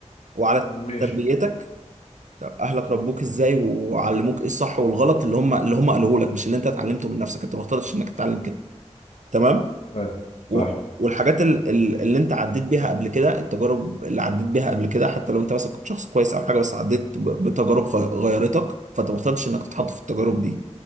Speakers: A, on the right; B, on the left.
A: وعلى
B: ماشي
A: تربيتك طب اهلك ربوك ازاي وعلموك ايه الصح والغلط اللي هم اللي هم قالوه لك مش اللي انت اتعلمته من نفسك انت ما اخترتش انك تتعلم كده تمام
B: حلو
A: وال-
B: صح
A: والحاجات ال- ال- اللي انت عديت بيها قبل كده التجارب اللي عديت بيها قبل كده حتى لو انت مثلا كنت شخص كويس او حاجه بس عديت ب- بتجارب غ- غيرتك فانت ما اخترتش انك تتحط في التجارب دي